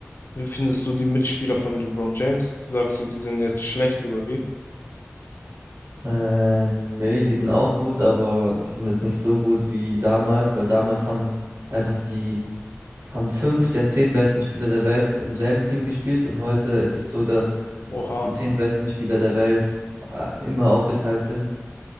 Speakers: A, on the left (about 60°); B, on the right (about 65°).
A: wie findest du die Mitspieler von LeBron James? Sagst du, die sind jetzt schlecht oder wie?
B: Ähm, nee, die sind auch gut, aber die sind jetzt nicht so gut wie damals, weil damals haben einfach die, haben fünf der zehn besten Spieler der Welt im selben Team gespielt und heute ist es so, dass
A: Oha,
B: die zehn besten Spieler der Welt äh, immer aufgeteilt sind